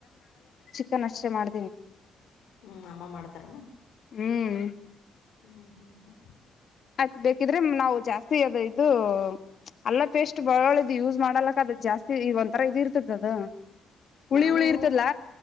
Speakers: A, on the left; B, on the left.
A: ಚಕ್ಕನ್ ಅಷ್ಟೇ ಮಾಡ್ತೀನಿ
B: ಹ್ಮ್ ಅಮ್ಮ ಮಾಡ್ತಾರನು
A: ಹ್ಮ್
B: ಹ್ಮ್ ಹ್ಮ್ ಹ್ಮ್
A: ಅ ಬೇಕಿದ್ರೆ ನಾವು ಜಾಸ್ತಿ ಅದು ಇದು ಅಲ್ಲ ಪೇಸ್ಟ್ ಬರಳದು ಯೂಸ್ ಮಾಡಲಕ್ಕ ಅದ ಜಾಸ್ತಿ ಈ ಒಂಥರ ಇದ ಇರ್ತದ ಅದು ಹುಳಿ
B: ನಾನು
A: ಹುಳಿ ಇರ್ತದಲ್ಲ